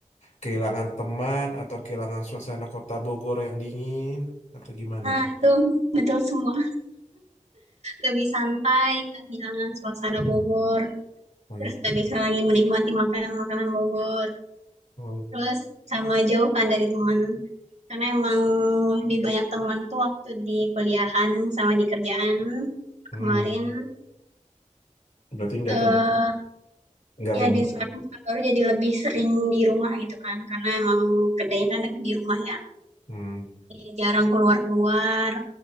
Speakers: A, on the left; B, on the right.
A: kehilangan teman atau kehilangan suasana kota Bogor yang dingin atau gimana?
B: Nah, itu betul semua. Lebih santai, kehilangan suasana Bogor,
A: Hmm.
B: terus gak bisa lagi menikmati makanan-makanan Bogor,
A: Hmm.
B: terus sama jauhkan dari teman. Karena emang lebih banyak teman tuh waktu di kuliahan sama di kerjaan
A: Hmm.
B: kemarin.
A: Berarti nggak
B: eh
A: ke nggak
B: ya
A: ke
B: di sekarang baru jadi lebih sering di rumah gitu kan, karena emang kedai kan di rumah ya.
A: hmm.
B: eh, jarang keluar-keluar.